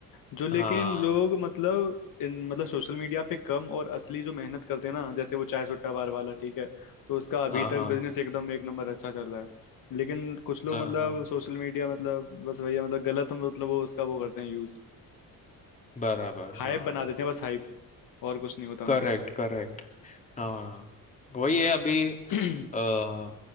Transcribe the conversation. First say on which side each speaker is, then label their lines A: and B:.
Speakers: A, on the left; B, on the left.
A: जो लेकिन
B: हाँ
A: लोग मतलब इन मतलब सोशल मीडिया पे कम और असली जो मेहनत करते हैं ना जैसे वो चाय सुट्टा बार वाला ठीक है तो उसका अभी
B: हाँ हाँ
A: तक बिजनेस एकदम एक नंबर अच्छा चल रहा है लेकिन कुछ लोग
B: हाँ
A: मतलब
B: हाँ
A: सोशल मीडिया मतलब बस वही है मतलब गलत मतलब वो उसका वो करते हैं यूज
B: बराबर
A: हाइप
B: हाँ
A: बना देते हैं बस हाइप और कुछ नहीं होता उनके
B: करेक्ट
A: पास
B: करेक्ट हाँ वही है अभी
A: <clears throat>
B: अ,